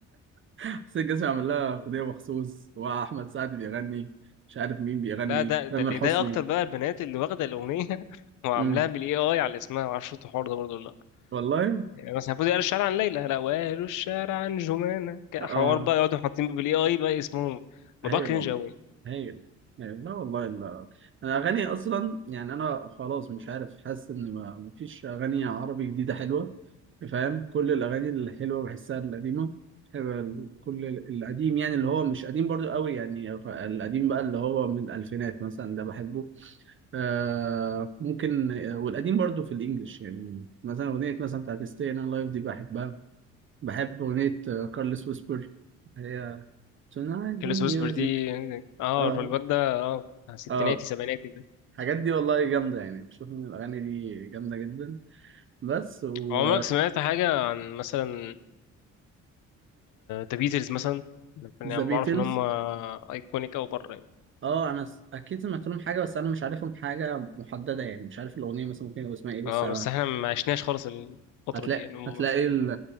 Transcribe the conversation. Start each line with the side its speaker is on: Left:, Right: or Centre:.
Right: <laughs> حسين الجسمي عامل لها اغنيه مخصوص واحمد سعد بيغني مش عارف مين بيغني
Left: لا ده ده
Right: تامر
Left: اللي
Right: حسني
Left: يضايق اكتر بقى البنات اللي واخده الاغنيه <laughs> وعاملاها
Right: امم
Left: بالاي اي على اسمها ما اعرفش الحوار ده برضه ولا لا
Right: والله
Left: يعني مثلا المفروض قالوا الشارع عن ليلى لا وقالوا الشارع عن جمانه ك-
Right: اه
Left: حوار بقى يقعدوا حاطين بالاي اي بقى اسمهم موضوع
Right: هايل
Left: كرنج
Right: والله
Left: قوي
Right: هايل هايل لا والله لا انا اغاني اصلا يعني انا خلاص مش عارف حاسس ان ما مفيش اغاني عربي جديده حلوه فاهم كل الاغاني الحلوه بحسها القديمه حلوة ال- كل ال- القديم يعني اللي هو مش قديم برضو قوي يعني القديم بقى اللي هو من الالفينات مثلا ده بحبه آه ممكن آه، والقديم برضو في الانجليش يعني مثلا اغنيه مثلا بتاعت ستي انا لايف دي بحبها بحب اغنيه آه، كارلس ويسبر هي Tonight's
Left: كيلو
Right: the music
Left: ويسبر دي اه
Right: اه
Left: الواد ده اه ستيناتي
Right: اه
Left: سبعيناتي ده
Right: الحاجات دي والله جامدة يعني بشوف ان الاغاني دي جامدة جدا بس و
Left: عمرك سمعت حاجه عن مثلا ذا بيتلز مثلا يعني
Right: ذا بيتلز
Left: بعرف ان هم ايكونيك او بره يعني
Right: اه انا س- اكيد سمعت لهم حاجة بس انا مش عارفهم حاجة محددة يعني مش عارف الاغنية مثلا ممكن يبقى اسمها ايه بس
Left: اه بس احنا ما عشناش خالص الفتره
Right: هتلاقي
Left: دي يعني هم
Right: هتلاقي ال-